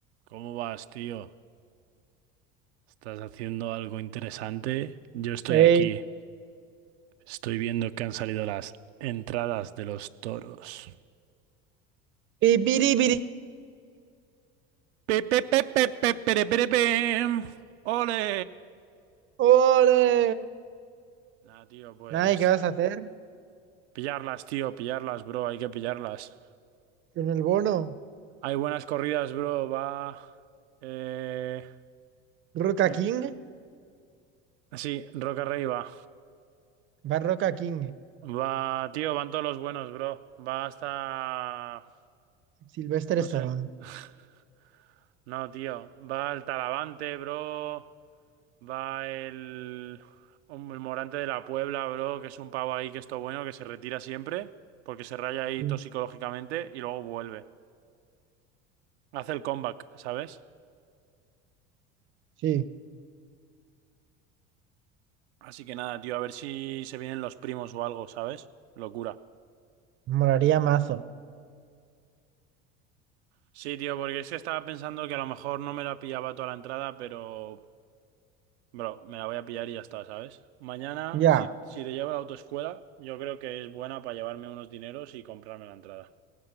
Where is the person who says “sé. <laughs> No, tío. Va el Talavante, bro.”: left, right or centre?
Right